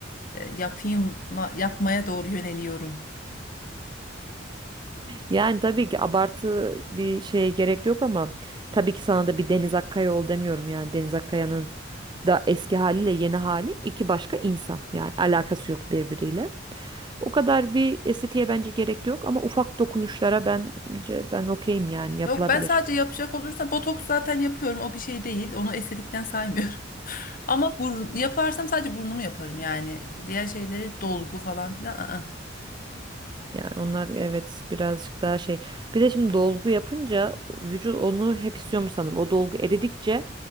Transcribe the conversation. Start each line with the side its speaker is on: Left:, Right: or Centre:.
Left: e, yapayım yapmaya doğru yöneliyorum.
Right: Yani tabii ki abartı bir şeye gerek yok ama tabii ki sana da bir Deniz Akkaya ol demiyorum yani Deniz Akkaya'nın da eski haliyle yeni hali iki başka insan yani alakası yok birbiriyle. O kadar bir estetiğe bence gerek yok ama ufak dokunuşlara bence ben okeyim yani yapılabilir.
Left: Yok ben sadece yapacak olursam botoks zaten yapıyorum o bir şey değil onu estetikten saymıyorum. <laughs> Ama burun, yaparsam sadece burnumu yaparım yani diğer şeyleri dolgu falan filan. ı
Right: Yani onlar evet birazcık daha şey. Bir de şimdi dolgu yapınca vücut onu hep istiyormuş sanırım. O dolgu eridikçe